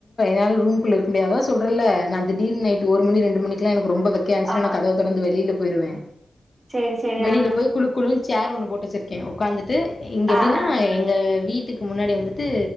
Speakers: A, on the left (about 50°); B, on the right (about 35°).
A: யாரு ரூம்க்குள்ள இருக்க முடியாதோ சொல்றேல்ல நா திடீர்னு நைட்டு ஒரு மணி ரெண்டு மணிக்கெல்லா என ரொம்ப வெக்கயாஞ்சுனா
B: ஆ
A: நா
B: ஆ
A: கதவ தொறந்து வெளியில போயிருவே
B: சேரி சேரி
A: வெளியில
B: ஆ
A: போய் குழு குழுன்ச் சேர் ஒண்ணு போட்டு வச்சிருக்கே உக்காந்துட்டு இங்க எப்டின்னா
B: ஆ ஆ
A: எங்க வீட்டு வீட்டுக்கு முன்னாடி வந்துட்டு